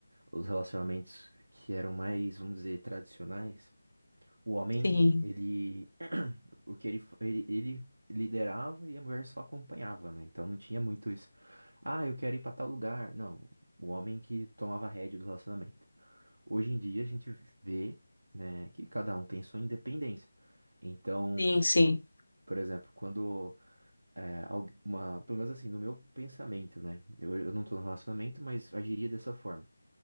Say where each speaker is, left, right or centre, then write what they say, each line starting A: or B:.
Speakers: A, on the right; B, on the left.
A: os relacionamentos que eram mais, vamos dizer, tradicionais, o homem,
B: Sim,
A: ele o que ele, fa- ele, ele liderava e a mulher só acompanhava, né? Então não tinha muito isso. Ah, eu quero ir pra tal lugar. Não, o homem que tomava a rédea do relacionamento. Hoje em dia a gente vê, né, que cada um tem sua independência. Então,
B: sim, sim.
A: por exemplo, quando é, algu- uma, pelo menos assim, no meu pensamento, né? Eu, eu não tô no relacionamento, mas agiria dessa forma.